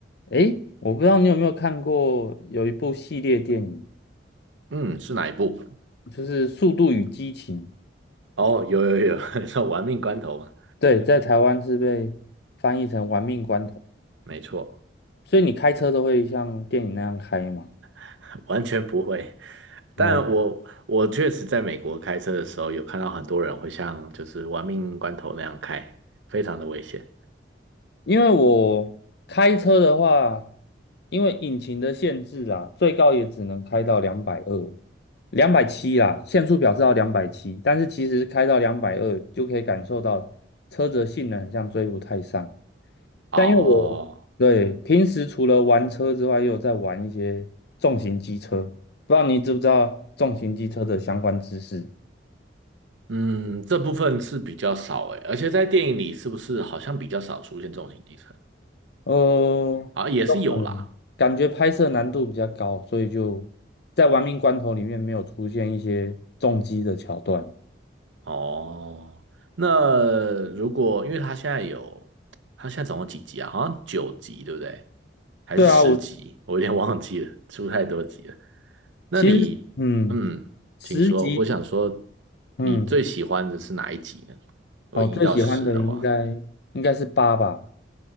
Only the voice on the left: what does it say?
诶，我不知道你有没有看过有一部系列电影，
就是《速度与激情》，
对，在台湾是被翻译成《玩命关头》，
所以你开车都会像电影那样开吗？
哦，
因为我开车的话，因为引擎的限制啦，最高也只能开到两百二、两百七啦，限速表示到两百七，但是其实开到两百二就可以感受到车子的性能很像追不太上。
但因为我对平时除了玩车之外，又有在玩一些重型机车，不知道你知不知道重型机车的相关知识？
呃，
嗯，感觉拍摄难度比较高，所以就在玩命关头里面没有出现一些重机的桥段。
对啊，我
其实嗯，
十级
嗯，
哦，最喜欢的应该应该是八吧，